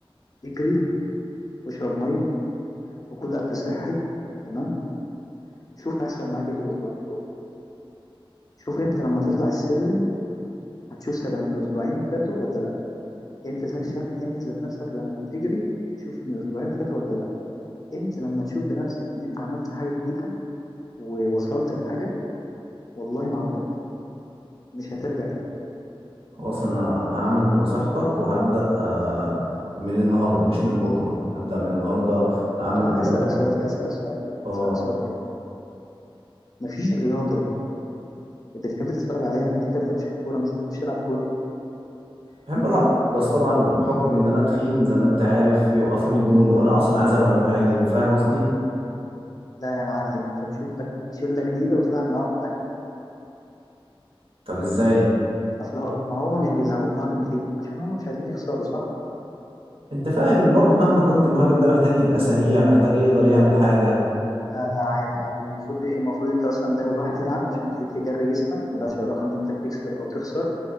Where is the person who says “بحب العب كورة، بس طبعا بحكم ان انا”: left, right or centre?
Right